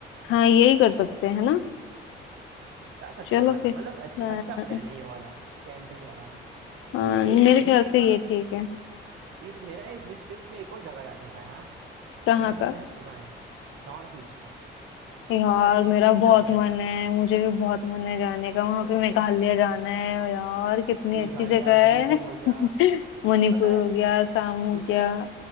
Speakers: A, on the left; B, on the right.
A: हाँ यही कर सकते हैं ना
B: जा सकते
A: चलो
B: हैं माना
A: फिर
B: मतलब अच्छा
A: हाँ
B: अच्छा प्लान है ये वाला कैंपिंग वाला
A: हाँ, मेरे
B: ये तो
A: ख्याल
B: ठीक है
A: से
B: पर
A: ये ठीक है
B: ये तो मेरा एक विश लिस्ट में एक और जगह जाने का है यार
A: कहाँ
B: जो मतलब
A: का
B: मैंने सुना है नॉर्थ ईस्ट का
A: यार
B: नॉर्थ ईस्ट
A: मेरा
B: मेरे को
A: बहुत
B: जाना
A: मन
B: है एक बार
A: है मुझे भी बहुत मन है जाने का वहां पे मेघालय जाना है यार कितनी
B: मेघालय
A: अच्छी जगह
B: मणिपुर
A: है <laughs>
B: हो गया
A: मणिपुर
B: पता है
A: हो गया असम हो
B: उसका
A: गया
B: एक